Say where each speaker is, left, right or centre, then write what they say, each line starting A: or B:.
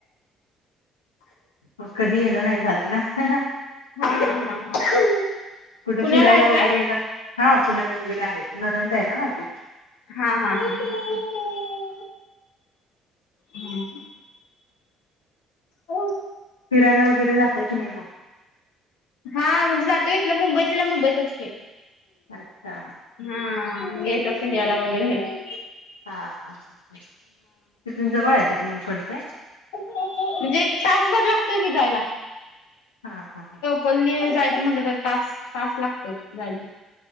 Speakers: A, on the left; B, on the left.
A: मग कधी येणं नाही झालं ना.
B: हा हा हा हा.
A: कुठे
B: पुण्याला
A: फिरायला
B: आहेत
A: वगैरे
B: काय?
A: हा पुण्याला वगैरे आहेत न नंद आहे ना मागे.
B: हा हा हा, हा हा. नाही. हो.
A: फिरायला वगैरे जातय की नाही मग?
B: हा जातोय इथलं, मुंबईतल्या मुंबईतच की.
A: अच्छा.
B: हा गेट ऑफ इंडियाला वगैरे आहे.
A: हा हा, ह ह तिथून जवळ आहे का तुम्हाला पडते?
B: म्हणजे एक तासभर लागतोय कि जायला.
A: हा हा हा.
B: पलनी जायचं म्हणलं तर तास तास लागतोय, जायला.